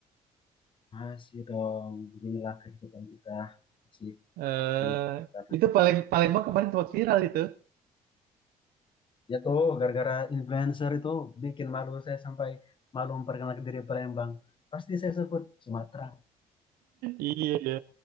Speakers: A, on the left; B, on the right.
A: Masih dong, beginilah kehidupan kita masih
B: Eh
A: di sana.
B: itu Palem Palembang kemarin sempat viral itu.
A: Ya tuh gara-gara influencer itu bikin malu saya sampai malu memperkenalkan diri Palembang. Pasti saya sebut Sumatera.
B: Iya ya.